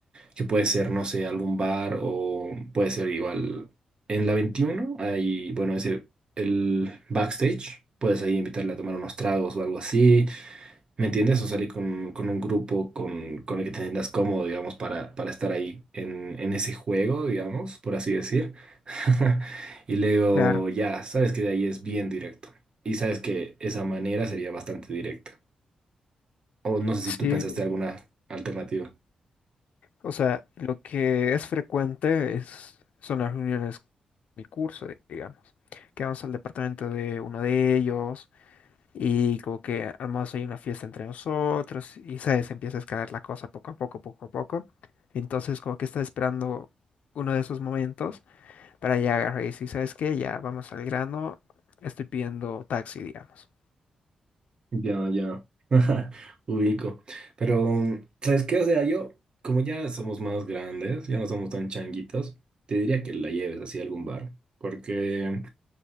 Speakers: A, on the right; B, on the left.
A: que puede ser, no sé, algún bar o puede ser igual. En la 21 hay, bueno, ese, el backstage, puedes ahí invitarle a tomar unos tragos o algo así, ¿me entiendes? O salir con, con un grupo con, con el que te sientas cómodo, digamos, para, para estar ahí en, en ese juego, digamos, por así decir. <laughs> Y luego
B: Claro.
A: ya, sabes que de ahí es bien directo. Y sabes que esa manera sería bastante directa. O no sé si
B: sí
A: tú pensaste alguna alternativa.
B: O sea, lo que es frecuente es, son las reuniones con mi curso, digamos, que vamos al departamento de uno de ellos y como que armamos ahí una fiesta entre nosotros y sabes, empieza a escalar la cosa poco a poco, poco a poco. Entonces como que está esperando uno de esos momentos para ya agarrar y decir, ¿sabes qué? Ya vamos al grano, estoy pidiendo taxi, digamos.
A: Ya, ya. <laughs> Ubico. Pero, mm, ¿sabes qué? O sea, yo, como ya somos más grandes, ya no somos tan changuitos, te diría que la lleves así a algún bar. Porque,